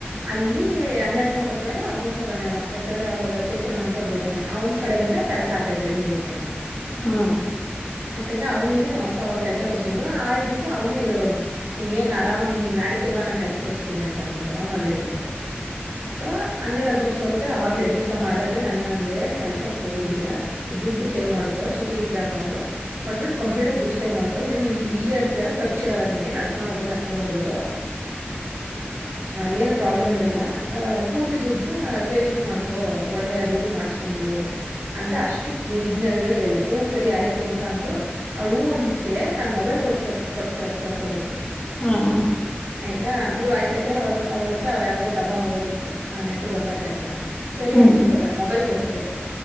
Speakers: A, on the right (about 65°); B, on the left (about 20°).
A: ಅಲ್ಲಿ ಹನ್ನೆರಡು ಸಾವರ ರೂಪಾಯಏೋ ಹದ್ಮೂರ್ ಸಾವಿರನೇನೋ ಯಾಕಂದ್ರೆ ಅವಾಗ ಚ ೋ್ಣ ಅಂತ ಒಬ್ಬ್ದಾನೆ ಅವ್ನ್ ಕಡೆಯಿಂದ ಕೆಲಸ ಆಗ್ತಾಯತು ಇಮಿಡಿಯಟ್ ಆಗಿ
B: ಹ್ಮ
A: ಯಾಕಂದ್ರೆ ಅವನಿಗೆ ನಾವ ಅಪ್ಪ ಅವಾಗ ಕೆಲಸ ಕೊಡ್ಸಿದ್ರು ಆ ಇದಕ್ಕೆ ಅವ್ನ ಹೇಳೋನುಂಗ ಏನ್ ಆರಾಮಾಗಿ ನ ನಿನ್ ನಾಳಿಕೆ ಬಾಾನನ್ ಕೆಲಸ ಕೊಡಿಸ್ತೀನಿ ಅಂದಬಿಟ್ಟು ಅವ್ನು ಅಲ್ಲೇದಿದ್ದು ಸೊ ಹನ್ನೆಡ್ದ ಮೂರು ಸಾವಿ ರೂಪಾಯಿ ಆವಾಗ್ಲೇ ಬಿಿಕಾಮಾ ಆದಾಗ ಕೆಸ ಹೋಗಿವ ದುಡ್ ಸೇವ್ ಮಾಡ್ಕೋ ಚೀಟಿ ಗಿಟಿ ಹಾಕೊಂಡು ಒ ಕಂಪ್ೀಟ್ ದುಡ್ ಸೇವ್ ಮಾಡ್ಕೋ ಇ ಇಲ್ಲೇ ಇರ್ತಲ್ಲ ಖರ್ಚ ಇಲ್ಲ ನಡ್ೊಂಡ ಹೋಗ ನೊಂಡ್ ಬರ್ಬಹ ಏ ಪ್ರಬ್ಲಮ್ ಇರಲ್ಲ ಪೂರ್ತಿ ದುಡ್ನ ಸಾವೇಗ್ಸ್ ಮಾಡ್ಕೋ ಒಡ್ವೆ ಅದ ಇದು ಮಾಡ್ಸ್ಕೊ್ಂಬ ಬಿಡು ಅಂತ ಅಷ್ಟು ಇದ್ನ ಹೇಳ್ದಾಗ ಹೇಳ್ದೆ ಹ್ಞ ಸರಿ ಆಯ್ತು ಅಂತ ಅಂದ್ಲು ಅವಳ ಹೂ ಅಂದಿದ್ಕಕ್ಕೆ ನಾನ್ ಮೊಬೈಲ್ ಕೊಡ್ಸ್ಕಟ್ಟ ಕೊಡ್ಸ್ತತೆ ಹತ್ತು ಸಾವಿರ ರೂಪಾಯಿ ಕೊಟ್ಟಿ
B: ಹ್ಮ್
A: ಆಯ್ತಾ ಬಿಡು ಆಯ್ತಕ ಅವಳ ಅವ್ಳತ್ರ ಯಾವದೋ ಡಬ್ಬಾ ಮೊಬೈಲ್ ಇತ್ತು ಆ ನೆಟ್ ವರ್ಕ್ ಆತ್ತತಿರ್ಲಿಲ್ಲ
B: ಹ್ಮ್
A: ಅಂದ್ಬಿಟ್ಟ ಮೊಬಲ್ ಕೊಡಸ್ತದೆ